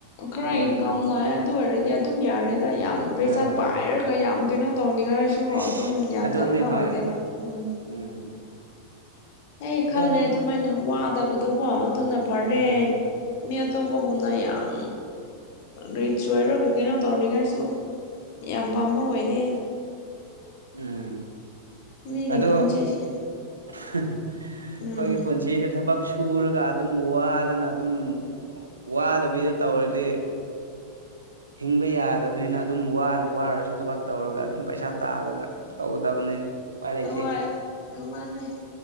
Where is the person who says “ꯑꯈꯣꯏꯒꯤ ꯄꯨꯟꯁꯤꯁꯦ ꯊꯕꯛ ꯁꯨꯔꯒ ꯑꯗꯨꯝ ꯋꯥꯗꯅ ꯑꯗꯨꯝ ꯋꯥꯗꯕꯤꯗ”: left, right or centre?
Right